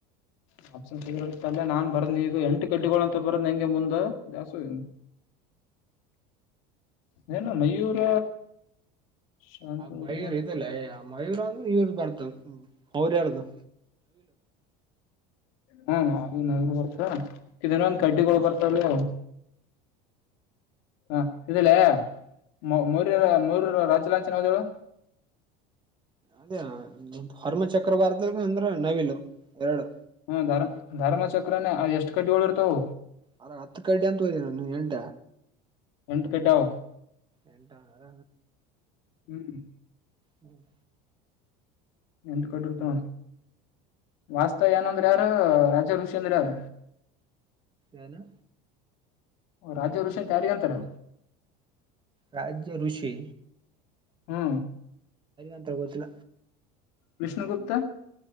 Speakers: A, on the left; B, on the right.
A: <unintelligible> ನಾನ್ ಬರಂದ್ ಈಗ ಎಂಟು ಕಡ್ಡಿಗಳ ಅಂತ ಬರಂದ್ ಹೆಂಗೆ ಮುಂದ ಜಾಸೋ ನಏನು ಮಯೂರ ಶಾಂತ
B: ಆ ಮಯೂರ್
A: ವರ್ಮ
B: ಇದಲ್ಲೇ ಆ ಮಯೂರ್ ಅಂದ್ರೆ ಇವ್ರ ಬರ್ತ ಅವ್ರ್ಯಾರ್ದು
A: ಹೌ ಹಾ ನ ನ ಬರ್ತ ಇದನ್ನ ಒಂದ ಕಡ್ಡಿಗಳು ಬರ್ತಾವಲ್ಲ ಹ ಇದಲ್ಲೇ ಮ ಮರ ಮರ ರಾಜಲಾಂಚನ್ ಹದಳು
B: ಅದೇ ಹರ್ಮಚಕ್ರವರ್ದ ಅಂದ್ರೆ ನವಿಲು ಎರಡು
A: ಹ್ಮ ಧರ್ಮ ಧರ್ಮ ಚಕ್ರನೇ ಎಷ್ಟ್ ಕಡ್ಡಿ ಳ ಇರ್ತಾವ
B: ಅರ ಹತ್ತು ಕಡ್ಡಿ ಅಂತ ಹೋದ ನಾನು ಎಂಟ
A: ಒಂಟು ಕಡಾವ
B: ಎಟಾ ಅರ
A: ಹ್ಮ್
B: ಹ್ಮ್
A: ಎಂತ ಕಡರು ತ ವಾಸ್ತವ್ಯಾನಂದ್ರ ಯಾರ ರಾಜಾ ಋಷಂದ್ರ ಯಾರ
B: ಯನು
A: ಓ ರಾಜ್ಯ ಋಷತ್ ಯಾರಿಗೆ ಅಂತಾರೆ
B: ರಾಜ್ಯ ಋಷಿ
A: ಹ್ಮ
B: ಂತರಗೋಜಲ
A: ವಿಷ್ಣುಗುಪ್ತ